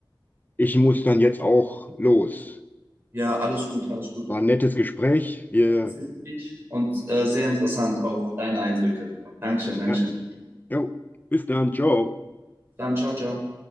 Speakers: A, on the left; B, on the right.
A: Ich muss dann jetzt auch los.
B: ja, alles gut, alles gut.
A: War ein nettes Gespräch. Wir,
B: Das Gespräch und äh, sehr interessant auch deine Eindrücke. Dankeschön, Dankeschön.
A: ja, jo, bis dann, ciao.
B: Dann ciao, ciao.